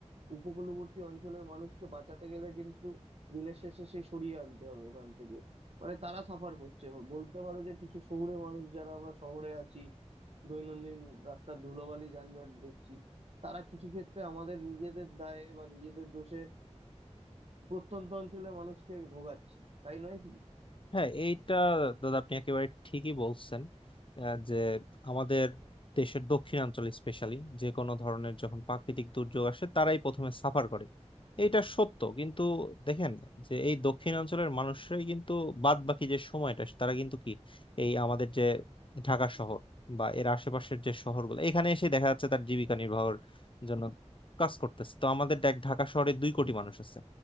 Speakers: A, on the right (about 60°); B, on the left (about 50°).
A: উপকূলবর্তী অঞ্চলের মানুষকে বাঁচাতে গেলে কিন্তু দিনের শেষে সেই সরিয়ে আনতে হবে ওখান থেকে মানে তারা সাফার করছে বলতে পারো যে কিছু শহুরে মানুষ যারা আমরা শহরে আছি দৈনন্দিন রাস্তার ধুলোবালি যানজট দেখছি তারা কিছু ক্ষেত্রে আমাদের নিজেদের দায়ে বা নিজেদের দোষে প্রত্যন্ত অঞ্চলের মানুষকে ভোগাচ্ছি তাই নয় কি
B: হ্যাঁ এইটা দাদা আপনি একেবারে ঠিকই বলছেন আহ, যে আমাদের দেশের দক্ষিণাঞ্চল স্পেশালি যে কোনো ধরনের যখন প্রাকৃতিক দুর্যোগ আসে তারাই প্রথমে সাফার করে এইটা সত্য কিন্তু দেখেন যে এই দক্ষিণাঞ্চলের মানুষরাই কিন্তু বাদ বাকি যে সময়টা তারা কিন্তু কি এই আমাদের যে ঢাকা শহর বা এর আশেপাশের যে শহরগুলো এখানে এসে দেখা যাচ্ছে তার জীবিকা নির্বাহের জন্য কাজ করতেছে তো আমাদের দেখ ঢাকা শহরে দুই কোটি মানুষ আছে